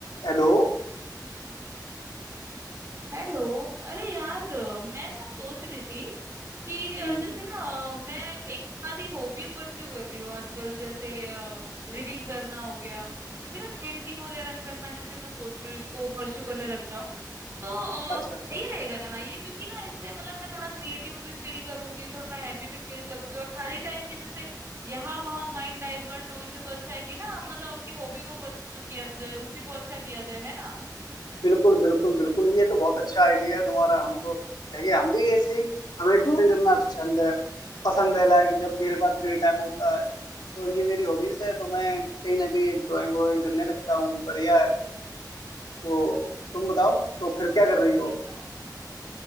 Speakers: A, on the left; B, on the right.
A: Hello
B: Hello अरे यार अ, मैं ना सोच रही थी कि
A: हम्म,
B: अ, जैसे ना अ, मैं एक आधी हॉबी परस्यू कर रही हूँ आजकल जैसे रीडिंग करना हो गया या फिर ना पेंटिंग वगैरह करना जैसे मैं सोच रही हूँ इसको परस्यू करने लग जाऊँ तो
A: अच्छा
B: अ, सही
A: अच्छा
B: रहेगा ना ये क्योंकि ना इससे मतलब मैं थोड़ा क्रिएटिव भी फील करूंगी थोड़ा हैप्पी भी फील करूंगी और खाली टाइम में जैसे यहाँ वहाँ माइंड डाइवर्ट हो इससे तो अच्छा है कि ना हम मतलब अपनी हॉबी को परस्यू किया जाए उसी को अच्छा किया जाए है ना
A: बिल्कुल बिल्कुल बिल्कुल ये तो बहुत अच्छा आइडिया है तुम्हारा हम तो कहेंगे हम भी ऐसी हमें ड्राइंग करना छंद है पसंद है लाइक जब मेरे पास फ्री टाइम होता है तो ये मेरी हॉबीज है तो मैं कहीं ना कहीं ड्राइंग व्राइंग करने लगता हूँ बढ़िया है तो तुम बताओ तो
B: हाँ
A: फिर क्या कर रही हो
B: वही तो